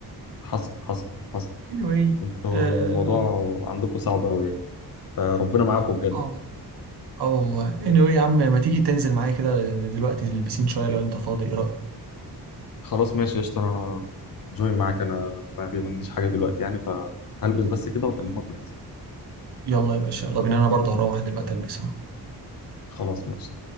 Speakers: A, on the left (about 60°); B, on the right (about 80°).
A: حصل حصل حصل
B: anyway
A: انتوا
B: اه
A: الموضوع عندكم صعب قوي يعني. فربنا معاكم بجد
B: اه والله اه والله anyway يا عم ما تيجي تنزل معايا كده دلوقتي تلبسين شوية لو انت فاضي ايه رأيك
A: خلاص ماشي قشطة انا جوين معاك انا ما عنديش حاجة دلوقتي يعني فهلبس بس كده واكلمك وننزل
B: يلا يا باشا يلا بينا انا برضه هروح دلوقتي البسها
A: خلاص ماشي